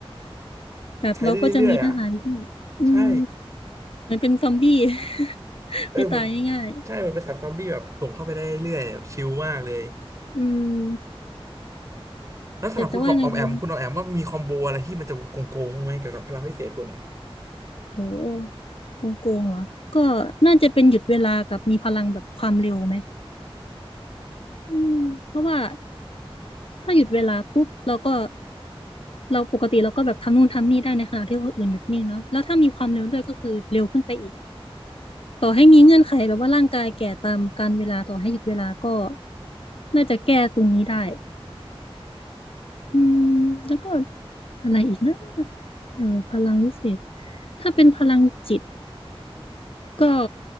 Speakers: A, on the left; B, on the right.
A: แบบเราก็จะมีทหารที่อืม
B: ใช้ได้เรื่อยๆอ่ะใช่
A: เหมือนเป็นซอมบี้ <laughs>
B: เออมัน
A: ไม่ตายง่าย
B: ใช่มันเป็นสัตว์ซอมบี้แบบส่งเข้าไปได้เรื่อยๆแบบชิลมากเลย
A: ๆอืม
B: แล้วสำหรับคุณขอออมแอมคุณออมแอมว่ามีคอมโบอะไรที่มันจะโกงโกงบ้างไหมเกี่ยวกับพลังพิเศษคุณเนี่ย
A: แต่จะว่าไงดี โหโกงโกงเหรอก็น่าจะเป็นหยุดเวลากับมีพลังแบบความเร็วไหมอืมเพราะว่าถ้าหยุดเวลาปุ๊บเราก็เราปกติเราก็แบบทำนู่นทำนี่ได้ในขณะที่คนอื่นหยุดนิ่งเนาะแล้วถ้ามีความเร็วด้วยก็คือเร็วขึ้นไปอีกต่อให้มีเงื่อนไขแบบว่าร่างกายแก่ตามกาลเวลาต่อให้หยุดเวลาก็น่าจะแก้ตรงนี้ได้อืมแล้วก็อะไรอีกนะเอ่อพลังวิเศษถ้าเป็นพลังจิต ก็